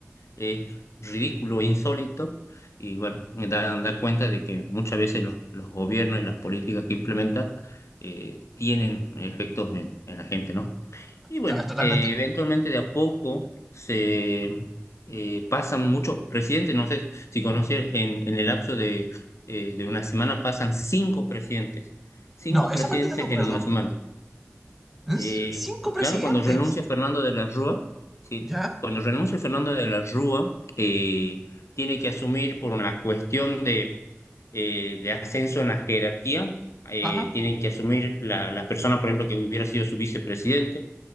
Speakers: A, on the left; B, in the centre.
A: es ridículo, e insólito, y bueno, da, da cuenta de que muchas veces los, los gobiernos y las políticas que implementan eh, tienen efectos en, en la gente, ¿no? Y bueno,
B: Ta- Totalmente.
A: eh, eventualmente de a poco se eh, pasan muchos presidentes, no sé si conocías, en, en el lapso de, eh, de una semana pasan cinco presidentes, cinco
B: No,
A: presidentes
B: esa parte no me acuerdo.
A: en una semana.
B: ¿Es?
A: Eh,
B: Cinco
A: cu-
B: presidentes.
A: claro, cuando renuncia Fernando de la Rúa, sí,
B: ¿Ya?
A: cuando renuncia Fernando de la Rúa, eh, tiene que asumir por una cuestión de, eh, de ascenso en la jerarquía, eh,
B: Ajá.
A: tienen que asumir la, la persona, por ejemplo, que hubiera sido su vicepresidente